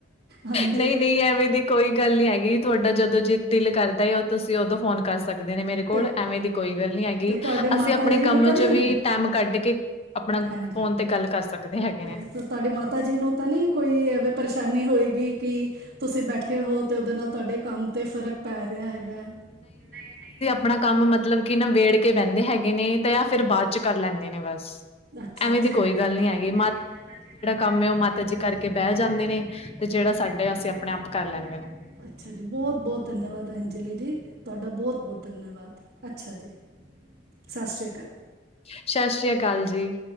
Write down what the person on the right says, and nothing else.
ਹਾਂਜੀ
ਤੇ
ਤੇ ਤੁਹਾਡੇ
ਮਾਤਾ
ਜੀ ਨੂੰ
ਤਾਂ
ਨਹੀਂ
ਹਾਂਜੀ
ਤੇ
ਤੁਹਾਡੇ ਮਾਤਾ ਜੀ ਨੂੰ ਤਾਂ ਨਹੀਂ ਕੋਈ ਐਵੇਂ ਪਰੇਸ਼ਾਨੀ ਹੋਏਗੀ। ਕਿ ਤੁਸੀਂ ਬੈਠੇ ਹੋ ਤੇ ਉਹਦੇ ਨਾਲ ਤੁਹਾਡੇ ਕੰਮ ਤੇ ਫਰਕ ਪੈ ਰਿਹਾ ਹੈਗਾ। ਨਹੀਂ -ਨਹੀਂ
ਅੱਛਾ-
ਅੱਛਾ
ਕੋਈ
ਗੱਲ ਨੀ ਮਾਤਾ ਜੀ ਦਾ ਜਿਹੜਾ
ਮਾਤਾ
ਜੀ ਕਰ
ਬ ਜਾਂਦੇ।
ਜ
ਸਾਡ
ਆਪ
ਕਰ ਲ
ਜੀ ਬਤ ਧੰਨਵਾਦ ਅੰਜਲੀ ਜੀ, ਤੁਹਾਡਾ ਬਹੁਤ -ਬਹੁਤ ਧੰਨਵਾਦ। ਅੱਛਾ ਜੀ, ਸਤਿ ਸ਼੍ਰੀ ਅਕਾਲ।